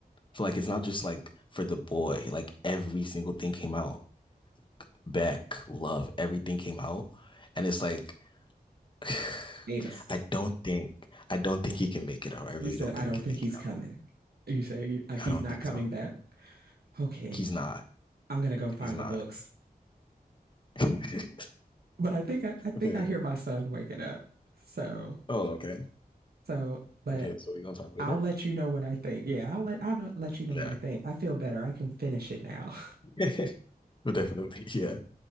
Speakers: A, on the left (about 30°); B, on the right (about 75°).
A: So like it's not just like for the boy. Like every single thing came out. Beck, love, everything came out. And it's like <sighs>
B: Gatus,
A: I don't think I don't think he can make it out. I really
B: you said
A: don't
B: I
A: think
B: don't
A: he
B: think
A: can make
B: he's
A: it
B: coming.
A: out.
B: You say you, uh, he's
A: I don't
B: not
A: think
B: coming
A: so.
B: back. Okay,
A: He's not.
B: I'm gonna go find
A: He's not.
B: the books.
A: <laughs>
B: But I think I, I think
A: Fair.
B: I hear my son waking up. So
A: Oh, okay.
B: so but
A: Okay, so we're gonna talk later?
B: I'll let you know what I think. Yeah, I'll let I'll let you know
A: Yeah,
B: what I think. I feel better. I can finish it now.
A: definitely.
B: <laughs>
A: <laughs> But definitely, yeah.